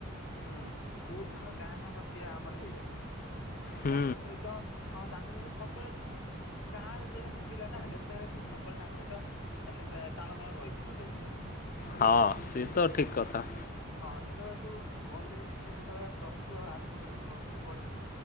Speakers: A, on the left; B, on the left.
A: ହୁଁ। ସ୍କୁଲ ସାଙ୍ଗ ଗାଁ ସାଙ୍ଗ ସିଏ ଆମର ହେଇଗଲେ
B: ହୁଁ
A: ତାଙ୍କ ସହି ତ ତାଙ୍କ ସହିତ ସବୁବେଳେ ତୁ ଗାଁରେ ଯେହେତୁ ପିଲା ନା ଯେତେବେଳେ ତୁ ସବୁବେଳେ ତାଙ୍କ ସହିତ ମାନେ ତାଳମାଳ ରହିଥିବ ତୋ ସହିତ।
B: ହଁ
A: କିନ୍ତୁ
B: ସେ ତ ଠିକ୍ କଥା।
A: ହଁ ଯେତେବେଳେ ତୁ କଲେଜ୍‌ ଯେତେବେଳେ ପ୍ଲସ ଟୁ ଆରମ୍ଭ କରିବୁ ପ୍ଲସ ଟୁ ପଢିବୁ